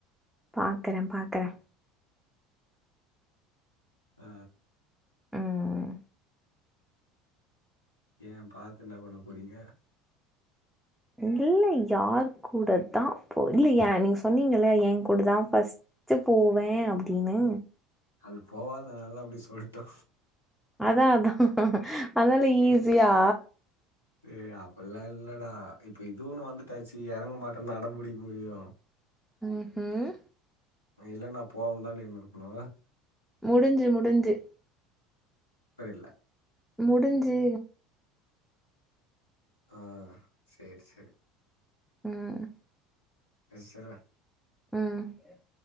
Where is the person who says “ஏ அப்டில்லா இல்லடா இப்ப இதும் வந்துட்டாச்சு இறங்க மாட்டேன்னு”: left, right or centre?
Left